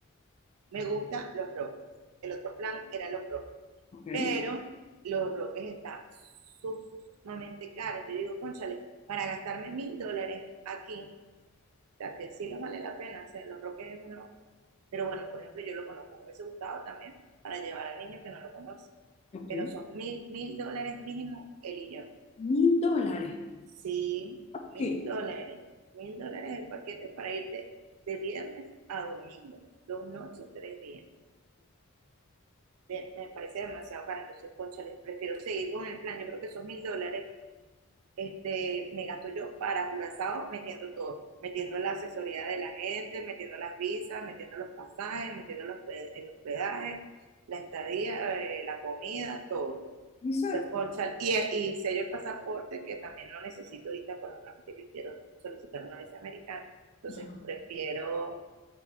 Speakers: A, on the right; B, on the left.
A: me gustan los roques. El otro plan eran los roques
B: Ok,
A: pero Los Roques está sumamente caro. te digo, cónchale para gastarme mil dólares aquí, o sea, que sí lo vale la pena, o sea, Los Roques es uno, pero bueno, por ejemplo, yo lo conozco, me hubiese gustado también para llevar al niño que no lo conoce,
B: ok.
A: pero son mil, mil dólares mínimo él y yo.
B: Mil dólares.
A: Sí, mil
B: ¿Qué?
A: dólares, mil dólares el paquete para irte de viernes a domingo, dos noches, tres días. De- me parece demasiado caro, entonces, cónchale prefiero seguir con el plan, yo creo que esos mil dólares este, me gasto yo para Curazao metiendo todo, metiendo la asesoría de la gente, metiendo las visas, metiendo los pasajes, metiendo los, el hospedaje, la estadía, eh, la comida, todo.
B: Exacto.
A: O sea, concha, y, y sello el pasaporte, que también lo necesito ahorita por un trámite que quiero solicitar una visa americana. Entonces,
B: Ajá,
A: prefiero,